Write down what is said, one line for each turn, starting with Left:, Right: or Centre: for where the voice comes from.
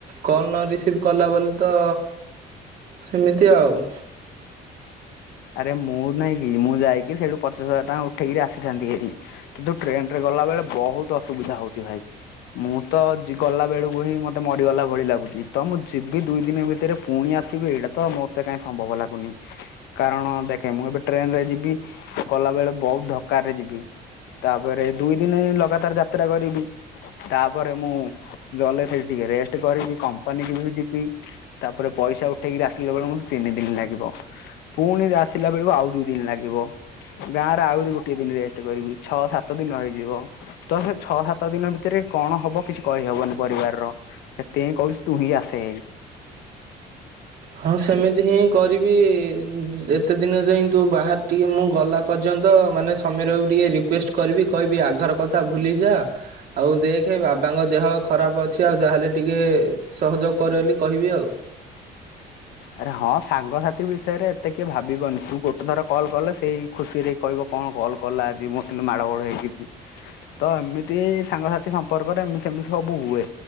Right: କଲ୍ ନ ରିସିଭ୍ କଲା ବୋଲି ତ ସେମିତି ଆଉ।
Left: ଆରେ ମୁଁ ନାଇଁ କି ମୁଁ ଯାଇକି ସେଇଠୁ ପଚାଶ ହଜାର ଟଙ୍କା ଉଠେଇକିରି ଆସିଥାନ୍ତି ହେରି। କିନ୍ତୁ ଟ୍ରେନ୍ଟ ରେ ଗଲା ବେଳେ ବହୁତ୍ ଅସୁବିଧା ହଉଛି ଭାଇ। ମୁଁ ତ ଜି ଗଲା ବେଳକୁ ହିଁ ମତେ ମରିଗଲା ଭଳି ଲାଗୁଛି ତ ମୁଁ ଯିବି ଦୁଇ ଦିନ ଭିତରେ ପୁଣି ଆସିବେ ଏଇଟା ତ ମତେ କାଇହିଁ ସମ୍ଭବ ଲାଗୁନି। କାରଣ ଦେଖେ ମୁଁ ଏବେ ଟ୍ରେନରେ ଯିବି ଗଲା ବେଳେ ବହୁତ ଧକ୍କା ରେ ଯିବି। ତାପରେ ଦୁଇ ଦିନ ଲଗାତାର୍ ଯାତ୍ରା କରିବି। ତାପରେ ମୁଁ ଗଲେ ସେଠି ଟିକେ ରେଷ୍ଟ କରିବି କମ୍ପାନୀକୁ ବି ଯିବି। ତାପରେ ପଇସା ଉଠେଇକିରି ଆସିଲା ବେଳେ ମୋତେ ତିନି ଦିନ ଲାଗିବ। ପୁଣି ଆସିଲା ବେଳକୁ ଆଉ ଦୁଇ ଦିନ ଲାଗିବ। ଗାଁରେ ଆହୁରି ଗୋଟେ ଦିନ ରେଷ୍ଟ କରିବି ଛଅ ସାତ ଦିନ ହେଇଯିବ। ତ ସେ ଛଅ ସାତ ଦିନ ଭିତରେ କଣ ହବ କିଛି କହିହବନି ପରିବାରର। ସେଥିପାଇଁ କହୁଛି ତୁ ହିଁ ଆସେ।
Right: ହଁ ସେମିତି ହିଁ କରିବି ଏତେ ଦିନ ଯାଇ ତୁ ବାହାରେ ଥିଲୁ ମୁଁ ଗଲା ପର୍ଯ୍ୟନ୍ତ ମାନେ ସମୀର କୁ ଟିକେ ରିକ୍ୱେଷ୍ଟ କରିବି କହିବି ଆଘର କଥା ଭୁଲି ଯା। ଆଉ ଦେଖେ ବାବାଙ୍କ ଦେହ ଖରାପ୍ ଅଛି ଆଉ ଯାହାହେଲେ ଟିକେ। ସହଯୋଗ୍ କରେ ବୋଲି କହିବି ଆଉ।
Left: ଆରେ ହଁ ସାଙ୍ଗସାଥି ବିଷୟରେ ଏତେ କିଏ ଭାବିବନି ତୁ ଗୋଟେ ଥର କଲ୍ କଲେ ସେଇ ଖୁସିରେ କହିବ କଁ କଲ୍ କଲା ଆଜି ମଁ ଟିକେ ମାଡଗୋଳ ହେଇକି ବି। ତ ଏମିତି ସାଙ୍ଗସାଥି ସମ୍ପର୍କରେ ଏମିତି ସେମିତି ସବୁ ହୁଏ